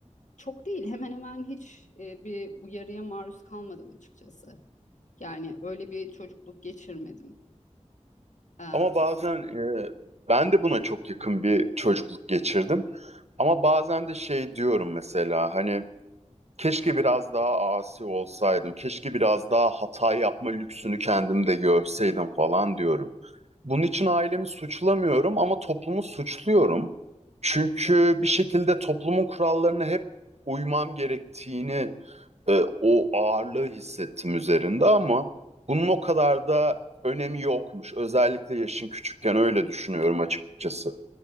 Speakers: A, on the left; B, on the right.
A: çok değil hemen hemen hiç e, bir uyarıya maruz kalmadım açıkçası. Yani öyle bir çocukluk geçirmedim. Ee,
B: Ama bazen e, ben de buna çok yakın bir çocukluk geçirdim. Ama bazen de şey diyorum mesela hani keşke biraz daha asi olsaydım, keşke biraz daha hata yapma lüksünü kendimde görseydim falan diyorum. Bunun için ailemi suçlamıyorum ama toplumu suçluyorum. Çünkü bir şekilde toplumun kurallarına hep uymam gerektiğini e, o ağırlığı hissettim üzerinde ama bunun o kadar da önemi yokmuş. Özellikle yaşın küçükken öyle düşünüyorum açıkçası.